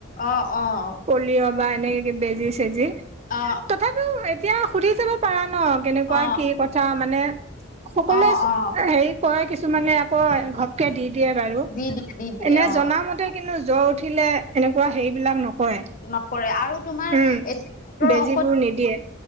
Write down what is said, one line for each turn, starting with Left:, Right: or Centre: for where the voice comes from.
Left: অ অ অ
Right: পলিঅ' বা এনেকে বেজি চেজি
Left: অ
Right: তথাপিও এতিয়া সুধি চাব পাৰা ন কেনেকুৱা
Left: অ অ
Right: কি কথা মানে সকলোৱে
Left: অ অ
Right: হেৰি কয় কিছুমানে আকৌ ঘ ঘপককে দি দিয়ে বাৰু
Left: দি দিয়ে দি দিয়ে
Right: এনে
Left: অ
Right: জনামতে কিন্তু জ্বৰ উঠিলে এনেকুৱা হেৰিবিলাক নকৰে
Left: নকৰে আৰু তোমাৰ
Right: উম
Left: <unintelligible>
Right: বেজীবোৰ
Left: ঔষধ
Right: নিদিয়ে